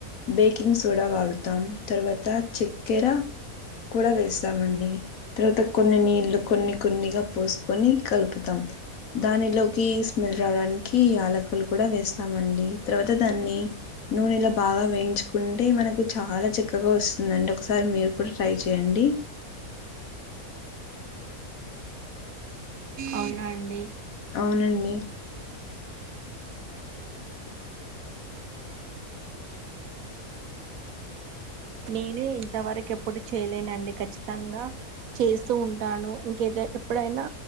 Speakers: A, on the left (about 70°); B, on the right (about 70°).
A: బేకింగ్ సోడ వాడుతాం తర్వాత చెక్కెర కూడ వేస్తామండి తర్వాత కొన్ని నీళ్లు కొన్ని కొన్నిగ పోసుకొని కలుపుతాం దానిలోకి స్మెల్ రావడానికి యలకులు కూడ వేస్తామండి తర్వాత దాన్ని నూనెలో బాగా వేయించుకున్ కుంటే మనకు చాల చక్కగా వస్తుందండి ఒకసారి మీరు కూడ ట్రై చేయండి
B: అవునా అండి
A: అవునండి
B: నేను ఇంతవరకు ఎప్పుడు చేయలేనండి ఖచ్చితంగ చేస్తూ ఉంటాను ఇంకే ఎప్పుడైనా